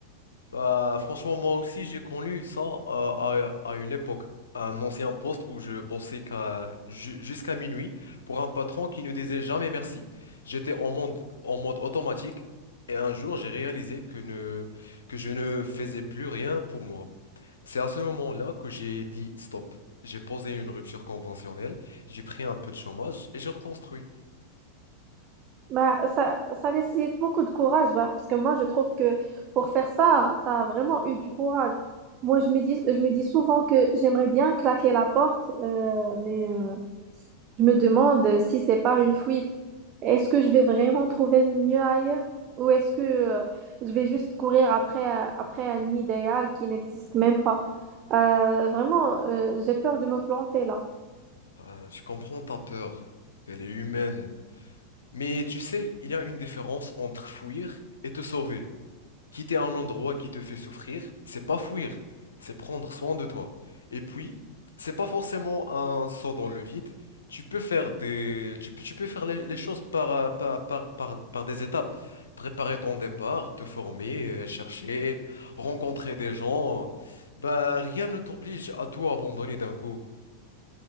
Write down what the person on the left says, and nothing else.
Bah, franchement, moi aussi, j'ai connu ça euh, à, à une époque. Un ancien poste où je bossais qu'à- ju- jusqu'à minuit pour un patron qui ne disait jamais merci. J'étais en mode, en mode automatique et un jour, j'ai réalisé que, ne, que je ne faisais plus rien pour moi. C'est à ce moment-là que j'ai dit stop. J'ai posé une rupture conventionnelle, j'ai pris un peu de chômage et j'ai reconstruit.
Ah, je comprends ta peur. Elle est humaine. Mais tu sais, il y a une différence entre fuir et te sauver. Quitter un endroit qui te fait souffrir, c'est pas fuir, c'est prendre soin de toi. Et puis, c'est pas forcément un saut dans le vide. Tu peux faire des, tu peux, tu peux faire les, les choses par, euh, par, par, par, par des étapes. Préparer ton départ, te former, euh, chercher, rencontrer des gens. Bah, rien ne t'oblige à tout abandonner d'un coup.